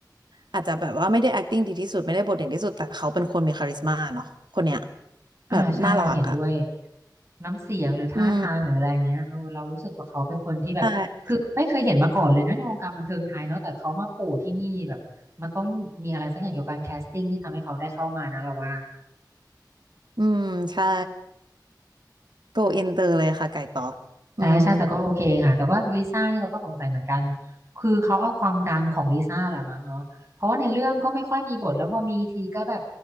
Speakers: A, on the right; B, on the right.
A: อาจจะแบบว่าไม่ได้ acting ดีที่สุดไม่ได้บทเด่นที่สุดแต่เขาเป็นคนมีคาริสม่าเนาะคนเนี้ย
B: <laughs> อ่าใช่เราเห็นด้วย
A: แบบน่ารักอะ
B: น้ำเสียงหรือท่าทางหรืออะไรเงี้ยเออเรารู้สึกว่าเขาเป็นคนที่แบบคือไม่เคยเห็นมาก่อนเลยนะในวงการบันเทิงไทยเนาะแต่เขามาโผล่ที่นี่แบบมันต้องมีอะไรสักอย่างเกี่ยวกับการแคสติ้งที่ทำให้เขาได้เข้ามานะเราว่า
A: อืมใช่อืมใช่ โกอินเตอร์เลยค่ะไก่ต๊อกอืม
B: ใช่ใช่แต่ก็โอเคค่ะแต่ว่าลิซ่านี่เราก็สงสัยเหมือนกันคือเขาเอาความดังของลิซ่าแหละมั้งเนาะเพราะว่าในเรื่องก็ไม่ค่อยมีบทแล้วพอมีทีก็แบบ